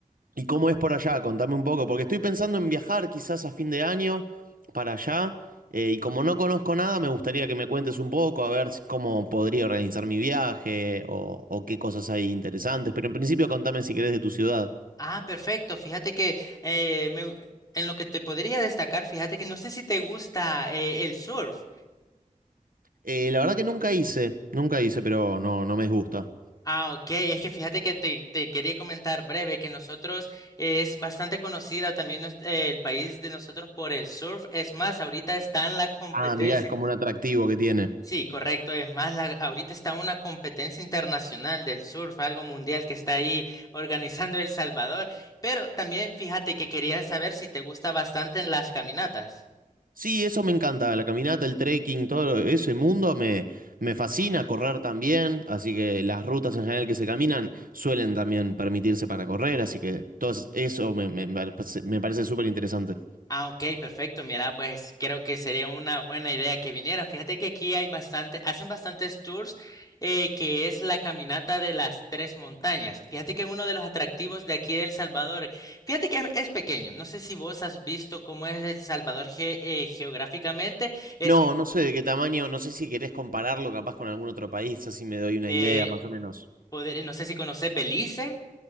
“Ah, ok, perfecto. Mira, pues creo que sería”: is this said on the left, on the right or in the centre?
Left